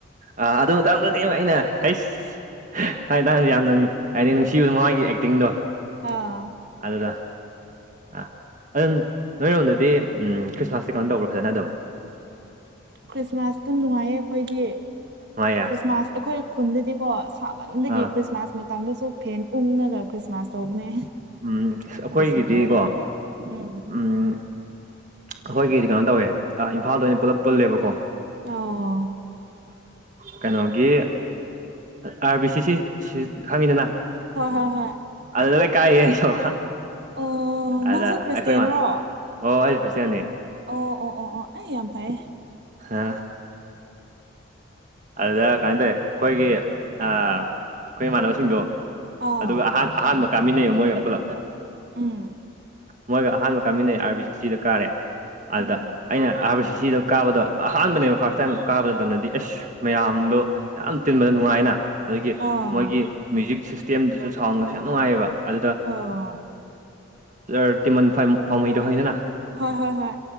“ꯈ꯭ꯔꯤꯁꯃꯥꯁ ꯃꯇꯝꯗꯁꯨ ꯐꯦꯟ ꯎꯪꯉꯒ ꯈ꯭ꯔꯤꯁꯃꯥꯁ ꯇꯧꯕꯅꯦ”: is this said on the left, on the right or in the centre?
Right